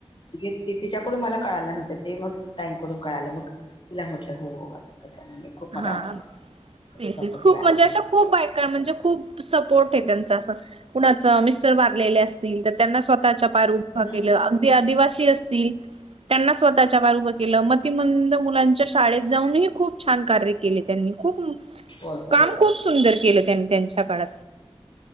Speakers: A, on the left (about 55°); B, on the right (about 75°).
A: ते तिच्याकडून मला कळालं नव्हतं ते मग ताईंकडून कळालं मग तिला म्हटलं हो हो आता कसं खूप
B: हा
A: मला त्याचा
B: तेच
A: सपोर्ट
B: तेच खूप
A: मिळाला.
B: म्हणजे असं खूप बायका म्हणजे खूप सपोर्ट आहे त्यांचा असं कुणाच मिस्टर वारलेले असतील तर त्यांना स्वतःच्या पायारवर उभ केलं.
A: हम्म.
B: आदिवासी असतील. त्यांना स्वतःच्या पायावर उभ केलं मतिमंद मुलांच्या शाळेत जाऊनही खूप छान कार्य केले त्यांनी खूप
A: होय होय
B: काम
A: होय
B: खूप सुंदर केले त्यांनी त्यां